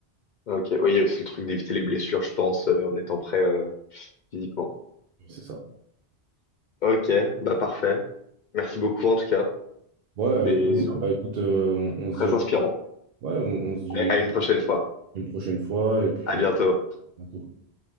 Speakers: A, on the left (about 55°); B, on the right (about 60°).
A: ok. Oui, il y a aussi le truc d'éviter les blessures, je pense, euh, en étant prêt euh, physiquement.
B: c'est ça.
A: Ok, bah parfait. Merci beaucoup en tout cas.
B: Ouais, avec
A: C'est
B: plaisir. Bah écoute, euh, on, on se
A: très
B: dit, à une-
A: inspirant.
B: ouais, on, on se dit
A: Mais à une prochaine fois.
B: à une prochaine fois et puis
A: À bientôt.
B: à bientôt.